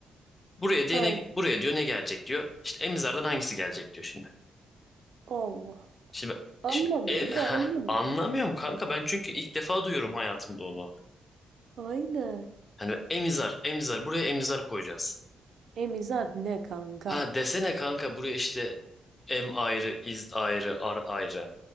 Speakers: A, on the left; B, on the right.
A: Buraya diye
B: Aynen.
A: ne, buraya diyor ne gelecek diyor. İşte emizardan hangisi gelecek diyor şimdi.
B: Allah.
A: Şimdi,
B: Anlamıyorum
A: şimdi e, ha,
B: da anlamıyorum.
A: anlamıyorum kanka ben çünkü ilk defa duyuyorum hayatımda onu.
B: Aynen.
A: Hani emizar, emizar. Buraya emizar koyacağız.
B: Emizar ne kanka?
A: Ha desene kanka buraya işte em ayrı, iz ayrı, ar ayrı.